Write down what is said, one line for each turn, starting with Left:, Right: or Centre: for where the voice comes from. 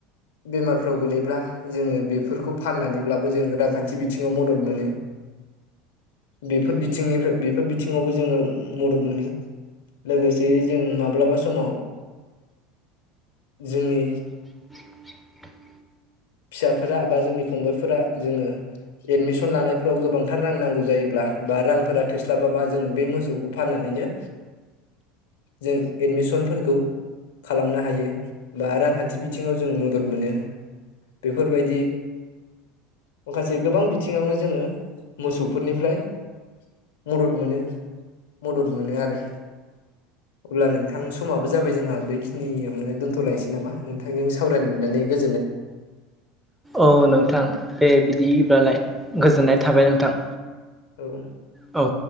Left: बेमारफ्राव गोलैब्ला जोङो बेफोरखौ फाननानैब्लाबो जों रांखान्थि बिथिङाव मदद मोनो बेफोर बिथिंनिफ्राय बिब बेफोर बिथिङावबो जोङो मदद मोनो लोगोसेय जों माब्लाबा समाव जोंनि
Centre: <inaudible>
Left: फिसाफोरा बा जोंनि फंबायफोरा जोङो एडमिसन लानाय फाव गोबांथार रां नांगौ जायोब्ला बा रांफोरा थोस्लाबाबा जों बे मोसौखौ फाननानैनो जों एडमिसनफोरखौ खालामनो हायो बा रांखान्थि बिथिङाव जों मदद मोनो। बेफोरबायदि माखासे गोबां बि थिङावनो जोङो मोसौफोरनिफ्राय मदद मोनो मदद मोनो आरो। अब्ला नोंथां समाबो जाबाय जोंहा बेखिनियावनो दोन्थ'लायनोसै नामा नोंथांजों सावरायनो मोननानै गोजोन
Centre: औ नोंथां दे बिदिब्लालाय। गोजोननाय
Left: औ
Centre: थाबाय नोंथां।
Left: औ।
Centre: औ।